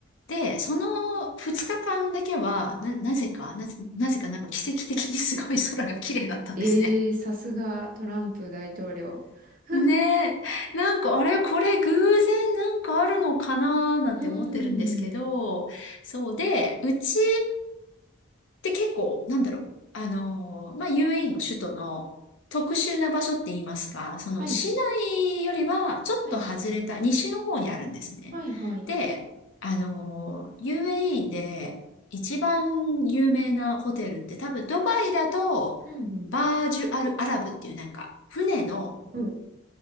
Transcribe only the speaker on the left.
で、その2日間だけは、な、なぜか、なぜ、なぜかなんか奇跡的にすごい空が綺麗だったんですね。
ねえ、なんかあれ、これ偶然なんかあるのかなーなんて思ってるんですけど、
そうで、うちで、結構、なんだろう。あのー、まあ、UAE の首都の特殊な場所って言いますか、その市内よりはちょっと外れた西の方にあるんですね。
で、あのー、UAE で一番有名なホテルって多分ドバイだと
バージュアルアラブっていうなんか船の、